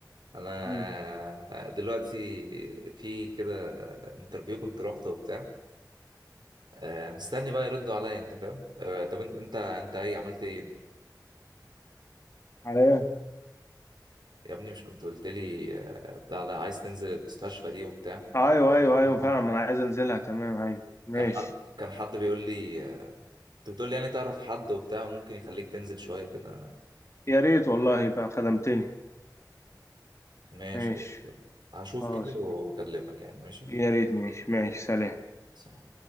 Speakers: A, on the right (about 80°); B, on the left (about 40°).
A: انا
B: مم.
A: دلوقتي في كده انترفيو كنت روحته وبتاع آه، مستني بقى يردوا عليا انت فاهم آه، طب انت انت انت ايه عملت ايه انت
B: على ايه؟
A: يا ابني مش كنت قلت لي آه، بتاع ده عايز تنزل المستشفى دي وبتاع
B: أيوه أيوه
A: <laughs>
B: أيوه فعلا ما أنا عايز أنزلها تمام أيوه ماشي
A: كان حد كان حد بيقول لي آه، انت بتقول لي يعني تعرف حد وبتاع ممكن يخليك تنزل شويه كده
B: يا ريت والله يبقى خدمتني
A: فماشي
B: ماشي
A: هشوف
B: خلاص
A: كده واكلمك يعني ماشي
B: يا ريت ماشي ماشي سلام
A: صح.